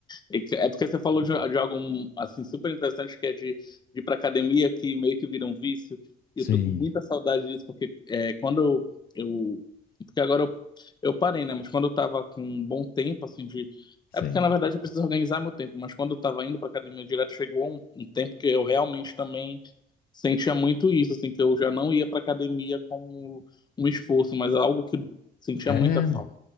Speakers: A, on the left (about 25°); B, on the left (about 60°).
A: E que- É porque você falou de, de algo hum, assim super interessante que é de, de ir para academia que meio que vira um vício.
B: Sim,
A: E eu tô com muita saudade disso porque é, quando eu, eu- porque agora eu, eu parei, né? Mas quando eu tava com um bom tempo assim de
B: sim.
A: é porque na verdade eu preciso organizar meu tempo. Mas quando eu tava indo para academia direto chegou um, um tempo que eu realmente também sentia muito isso, assim que eu já não ia para academia como um esforço, mas algo que eu sentia
B: É,
A: muita falta.
B: mano.